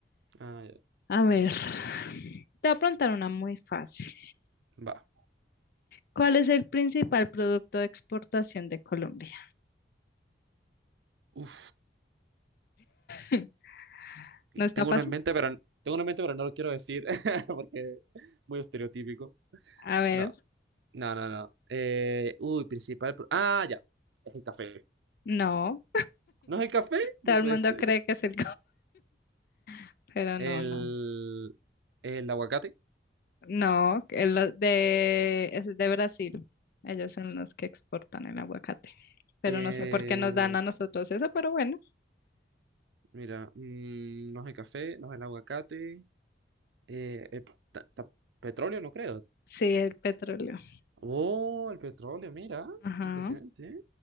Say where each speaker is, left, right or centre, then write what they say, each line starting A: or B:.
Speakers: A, on the right; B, on the left.
A: Ah, ya.
B: A ver, te voy a preguntar una muy fácil.
A: Va.
B: ¿Cuál es el principal producto de exportación de Colombia?
A: Uf,
B: <laughs> ¿No está
A: tengo
B: fácil?
A: una en mente, pero tengo una en mente, pero no lo quiero decir <laughs> porque muy estereotípico.
B: A ver,
A: No, no, no, no. Eh, uy, principal. pro- Ah, ya. Es el café.
B: no.
A: ¿No es el café? No
B: Todo el
A: puede
B: mundo
A: ser.
B: cree que es el... <laughs> Pero
A: El,
B: no, no.
A: el aguacate.
B: No, el lo- de, es de Brasil. Ellos son los que exportan el aguacate. Pero
A: Eh,
B: no sé por qué nos dan a nosotros eso, pero bueno.
A: mira, mm, no es el café, no es el aguacate. Eh, eh, ta- ta- petróleo, no creo.
B: Sí, el petróleo.
A: Oh, el petróleo, mira.
B: Ajá,
A: Impresionante, ¿eh?